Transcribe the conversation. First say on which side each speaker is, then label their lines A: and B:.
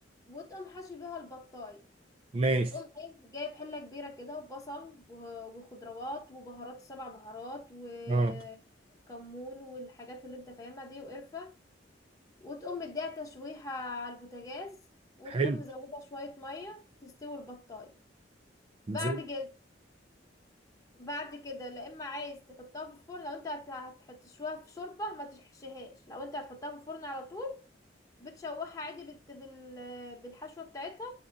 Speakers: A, on the left (about 20°); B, on the right (about 30°).
A: وتقوم حاشي بيها البطايه
B: ماشي
A: وتقوم ايه جايب حلة كبيرة كده وبصل و- وخضروات وبهارات سبع بهارات وكمون
B: اه
A: والحاجات اللي انت فاهمها دي وقرفة وتقوم مديها تشويحة على البوتاجاز وتقوم
B: حلو
A: مزودة شوية مية تستوي البطاية بعد
B: ازاي
A: كده بعد كده لا اما عايز تحطها في الفرن لو انت هت- هت- هتشويها في شوربة ما تشحشهاش لو انت هتحطها في الفرن على طول بتشوحها عادي بت... بال... بالحشوة بتاعتها